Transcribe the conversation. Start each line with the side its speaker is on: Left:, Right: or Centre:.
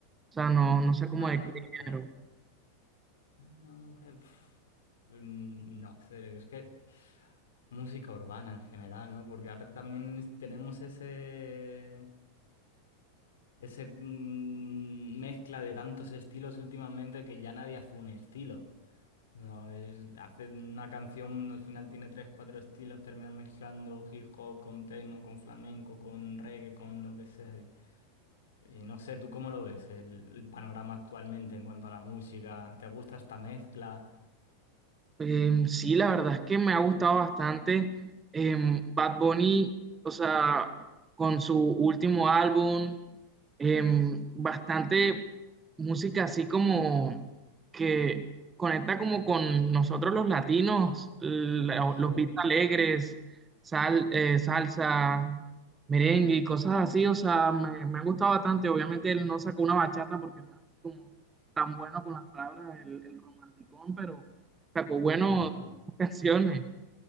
Right: sea, no, no sé cómo
Left: a
Right: de
Left: la
Right: qué
Left: mujer,
Right: género.
Left: a la mujer, pf, mm, no sé, es que música urbana en general, ¿no? Porque ahora también es- tenemos ese... Ese mm, mezcla de tantos estilos últimamente que ya nadie hace un estilo. No, es- hace una canción, al final tiene tres, cuatro estilos, termina mezclando hip hop con techno, con flamenco, con reggae, con lo que sea. Y, y no sé, ¿tú cómo lo ves el, el panorama actualmente en cuanto a la música? ¿Te gusta esta mezcla?
Right: Em, sí, la verdad es que me ha gustado bastante em, Bad Bunny, o sea, con su último álbum, em, bastante música así como que conecta como con nosotros los latinos, la-
Left: Sí.
Right: los beats alegres, sal- eh, salsa, merengue y cosas así, o sea, me, me ha gustado bastante. Obviamente él no sacó una bachata porque no es como tan bueno con las palabras, el, el romanticón, pero... Sacó bueno
Left: Ajá.
Right: <laughs> canciones.